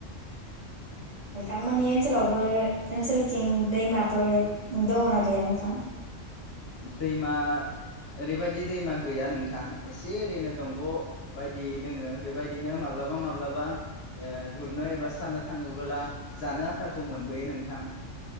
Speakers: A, on the right (about 50°); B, on the left (about 65°).
A: नोंथांमोननि ओनसोलावबो ओनसोलथिं दैमाफोर दङना गैया नोंथां
B: दैमा ओरैबायदि दैमा गैया नोंथां एसे ओरैनो दंग बायदि दोङो बेबायदिनो माब्लाबा माब्लाबा गुरनो एबा सारनो थाङोबोला जानो आथाखौ मोनबोयो नोंथां